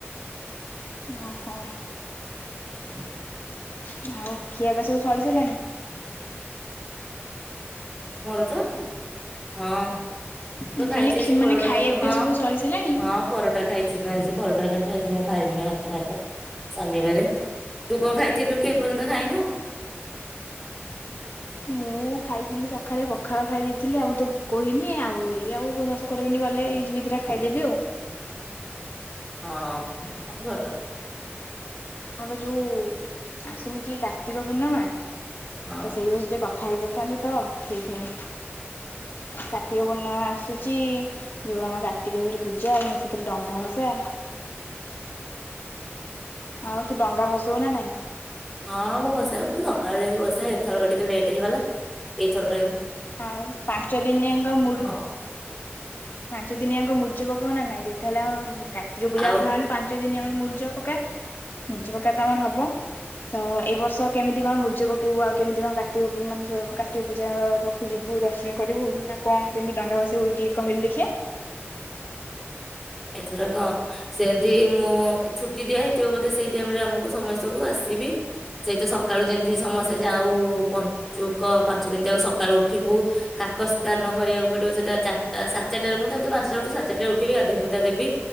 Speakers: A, on the left; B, in the centre.
A: ଓହୋ ଆଉ ଖିଆପିଆ ସବୁ ସରି ସାରିଲାଣି।
B: ମୋର ତ ହଁ
A: ମୁଁ
B: ତୁ ଖାଇଛି
A: କହିଲି ଖି
B: ଆଜି
A: ମାନେ
B: ପରଟା
A: ଖାଇବା ପିଇବା
B: ହଁ
A: ସବୁ ସରିସାରିଲାଣି?
B: ହଁ ପରଟା ଖାଇଛି ବା ଆଜି ପରଟା ଖାଇଲି ଆଜି ମୁଁ ଖାଇବିନି ଭାତଫାତ ଶନିବାରେ ତୁ କଣ ଖାଇଥିଲୁ କି ଏ ପର୍ଯ୍ୟନ୍ତ ଖାଇନୁ।
A: ମୁଁ ଖାଇଥିଲି ସକାଳେ ପଖାଳ ଖାଇ ଦେଇେଇଥିଲି ଆଉ ତ ଭୋକ ହେଇନି ଆଉ ଏଇ ଆଉ ଦଶ କୋଡିଏ ମିନିଟ ଗଲେ ଏଇ ଯିବି ଦିଟା ଖାଇଦେବି ଆଉ।
B: ହଁ ଭଲ।
A: ଆମର ଯୋଉ ଆସୁନି କି କାର୍ତ୍ତିକ ପୂର୍ଣ୍ଣମା।
B: ହଁ
A: ତ ସେଇ ବଷ ଯ କଥା। ଖାଇ ପାରିଥାନ୍ତି ତ ସେଇଥିାଇଁ କାର୍ତ୍ତିକ ପୂର୍ଣ୍ଣମା ଆସୁଛି ଯୋଉ ଆମ କାର୍ତ୍ତିକେସ୍ୱର ପୂଜା ଆଉ ସେଥିରେ ଡଙ୍ଗା ଭସା ଆଉ ତୁ ଡଙ୍ଗା ଭସଉ ନା ନାଇଁ।
B: ହଁ ମୁଁ ବସି ତାକୁ ମୁଁ ସକାଳୁ ଯାଇକି ବସିବା ଏଥର ଟିକେ ଲେଟ୍ ହେଇଗଲା ଏଇଥର
A: ଆଉ ପାଞ୍ଚ ଦିନିଆଙ୍କ ମୁ
B: ହଁ
A: ପାଞ୍ଚ ଦିନିଆଙ୍କ ମୁର୍ଯ୍ୟ ପ କଣ ନାଁ ଯେ ଥାଥିଲା କାର୍ତିକ ପୂଜା
B: ଆଉ
A: ଆସିଲ ମାନେ ପାଞ୍ଚ ଦିନ ଆମର ମୂର୍ଜ ପକା ମୂର୍ଜ ପକା ତ ଆମର ହବ ତ ଏଇ ବର୍ଷ କେମିତି କଣ ମୂର୍ଜ ପକେଇବୁ ଆଉ କେମିତି କଣ କାର୍ତ୍ତିକ ମାନେ କାର୍ତ୍ତିକ ପୂଜା ଯିବୁ ଦର୍ଶନ କରିବୁ ନା କଣ କେମିତି ଡଙ୍ଗା ବସେଇିବୁ ଟିକେ କହିଲେ ଦେଖେ।
B: ଏଥର କଣ ସେ ଦ ମୁଁ ଛୁଟି ଦିଆ ହେଇଛି। ଦ ବୋଧେ ସେଇ ଟାଇମ ରେ ଆମକୁ ସମସ୍ତଙ୍କୁ ଆସିବି। ସେଇ ତ ସକାଳୁ ଯେମିତି ସମସ୍ତେ ଯାଉ ପଞ୍ଚୁକ ପାଞ୍ଚ ଦିନ ଯାଉ ସକାଳୁ ଉଠିବୁ କାକ ସ୍ଥାନ କରିବାକୁ ପଡିବ ସେଟା ଚାରିଟା ସାତ ଚାରଟାରେ ମୁଁମି ପାଞ୍ଚଟା ଉଠିାତଟାରେ ଉିବି ଦେବି